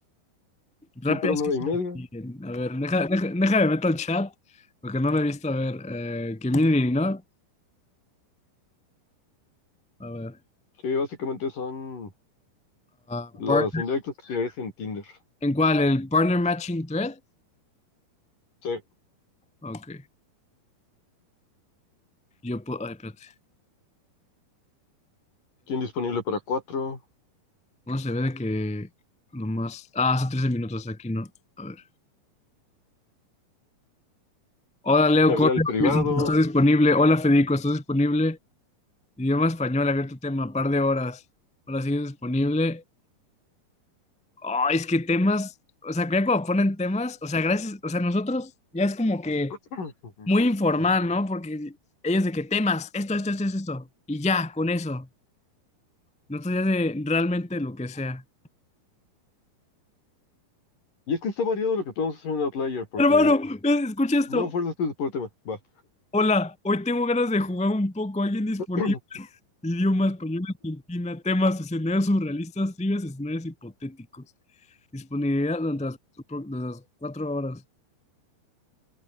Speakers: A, in the centre; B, on the left (about 60°).
A: Rápidas
B: quién para una
A: que
B: hora
A: se
B: y media.
A: repiten. A ver, deja, deja, déjame meto al chat, porque no lo he visto. A ver, eh, community, ¿no? A ver.
B: Sí, básicamente son
A: ah,
B: Los
A: partner-
B: indirectos que te en Tinder.
A: ¿En cuál? ¿El partner matching thread?
B: Sí.
A: Ok. Yo puedo. Ay, espérate.
B: ¿Quién disponible para cuatro?
A: No se ve de que nomás. Ah, hace 13 minutos aquí, ¿no? A ver. Hola, Leo
B: Te habla
A: Correa,
B: al privado.
A: ¿estás disponible? Hola, Federico, ¿estás disponible? Idioma español, abierto tema, par de horas. Hola, ¿sigues disponible? Ah, es que temas. O sea, que ya cuando ponen temas, o sea, gracias. O sea, nosotros ya es como que
B: <clears throat> Ujú,
A: muy informal,
B: ujú.
A: ¿no? Porque ellos de que temas, esto, esto, esto, esto, esto. Y ya, con eso. Nosotros ya de realmente lo que sea.
B: Y es que está variado lo que podemos hacer en Outlier, porque
A: Hermano, eh, escucha esto.
B: no fuerzas tú por tema. Va.
A: Hola, hoy tengo ganas de jugar un poco. ¿Alguien disponible?
B: <clears throat>
A: Idioma español Argentina, temas, escenarios surrealistas, trivias, escenarios hipotéticos. Disponibilidad durante las, pro- de las cuatro horas.